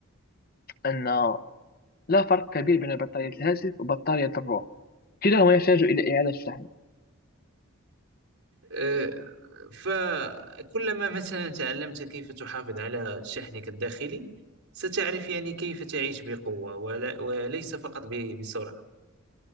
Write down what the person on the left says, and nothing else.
أن لا فرق كبير بين بطارية الهاتف وبطارية الروح كلاهما يحتاج إلى إعادة شحن